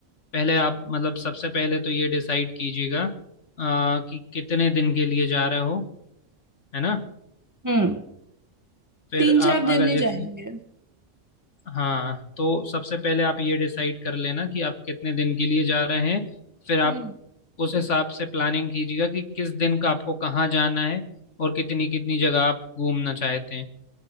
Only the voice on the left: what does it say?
पहले आप मतलब सबसे पहले तो ये डिसाइड कीजिएगा आ, कि कितने दिन के लिए जा रहे हो है ना
फिर
आप
अगर
जैसे
हाँ तो सबसे पहले आप ये डिसाइड कर लेना कि आप कितने दिन के लिए जा रहे हैं फिर आप
उस हिसाब से प्लानिंग कीजिएगा कि किस दिन का आपको कहाँ जाना है और कितनी कितनी जगह आप घूमना चाहते हैं